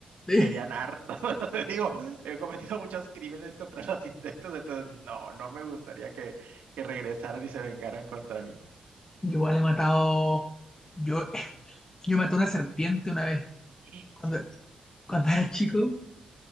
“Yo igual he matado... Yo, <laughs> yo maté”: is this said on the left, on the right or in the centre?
Left